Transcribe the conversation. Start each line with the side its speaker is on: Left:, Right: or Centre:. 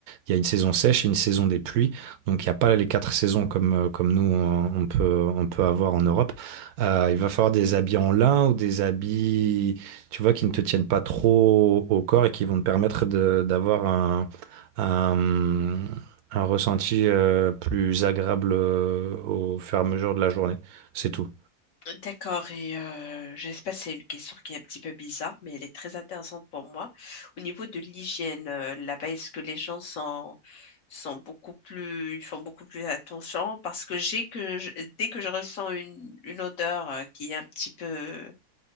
Right: il y a une saison sèche et une saison des pluies, donc il n'y a pas les quatre saisons comme, euh, comme nous on, on peut, on peut avoir en Europe. Euh, il va falloir des habits en lin ou des habits, tu vois, qui ne te tiennent pas trop au corps et qui vont te permettre de- d'avoir un un, un ressenti euh, plus agréable euh, au fur et à mesure de la journée. C'est tout.
Left: D'accord, et euh, je ne sais pas si c'est une question qui est un petit peu bizarre, mais elle est très intéressante pour moi. Au niveau de l'hygiène, euh, là-bas, est-ce que les gens sont, sont beaucoup plus, ils font beaucoup plus attention? Parce que j'ai que je- dès que je ressens une, une odeur euh, qui est un petit peu